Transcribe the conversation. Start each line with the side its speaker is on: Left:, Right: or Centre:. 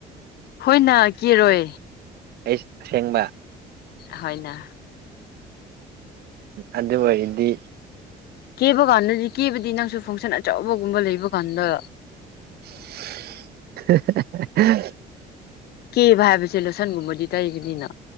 Left: ꯍꯣꯏꯅ ꯀꯦꯔꯣꯏ
Right: ꯑꯩ ꯑꯁꯦꯡꯕ
Left: ꯍꯣꯏꯅ
Right: ꯑꯗꯨ ꯑꯣꯏꯔꯗꯤ
Left: ꯀꯦꯕ ꯀꯥꯟꯗꯗꯤ ꯀꯦꯕꯗꯤ ꯅꯪꯁꯨ ꯐꯪꯁꯟ ꯑꯆꯧꯕꯒꯨꯝꯕ ꯂꯩꯕ ꯀꯥꯟꯗ
Right: <unintelligible>
Left: ꯀꯦꯕ ꯍꯥꯏꯕꯁꯦ ꯂꯣꯁꯟꯒꯨꯝꯕ ꯗꯨ ꯇꯩꯒꯅꯤꯅ